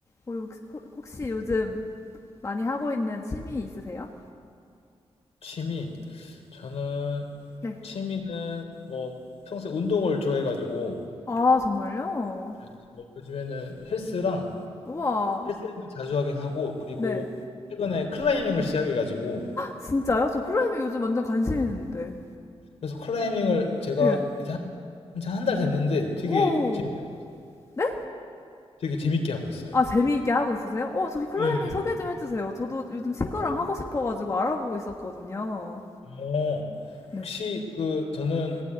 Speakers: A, on the left; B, on the left.
A: 어, 혹시, 혹- 혹시 요즘 많이 하고 있는 취미 있으세요?
B: 취미 저는
A: 네.
B: 취미는 뭐 평소에 운동을 좋아해가지고
A: 아, 정말요?
B: 네, 그래서 뭐 요즘에는 헬스랑
A: 우와.
B: 헬스는 자주 하긴 하고 그리고
A: 네.
B: 최근에 클라이밍을 시작해가지고
A: 진짜요? 저 클라이밍 요즘 완전 관심 있는데.
B: 그래서 클라이밍을 제가
A: 예.
B: 이제 한한 달 됐는데 되게
A: 오.
B: 재밌게 하고-
A: 네?
B: 되게 재밌게 하고 있어요.
A: 아, 재미있게 하고 있으세요? 어, 저기 클라이밍
B: 네.
A: 소개 좀 해주세요. 저도 요즘 친구랑 하고 싶어가지고 알아보고 있었거든요.
B: 어,
A: 네.
B: 혹시 그 저는